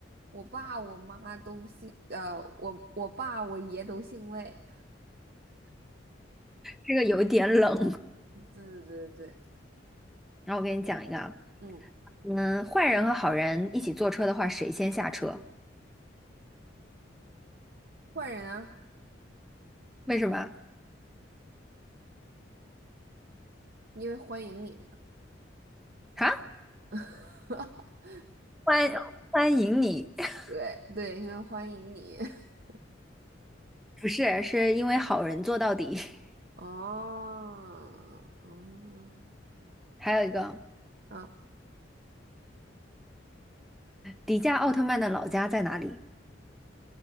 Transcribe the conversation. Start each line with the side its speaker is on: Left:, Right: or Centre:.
Right: 我爸我妈都姓，呃，我我爸我爷都姓魏。<laughs>
Centre: 这个有点冷？
Right: 对对对对，
Centre: 那我给你讲一个啊，
Right: 嗯，
Centre: 嗯，坏人和好人一起坐车的话，谁先下车？
Right: 坏人啊，
Centre: 为什么？
Right: 因为欢迎你嘛。
Centre: 啊？
Right: <laughs>
Centre: 欢欢迎你，<laughs>
Right: 对对，因为欢迎你。<laughs>
Centre: 不是，是因为好人做到底。<laughs>
Right: 哦，哦，
Centre: 还有一个，
Right: 啊，
Centre: 迪迦奥特曼的老家在哪里？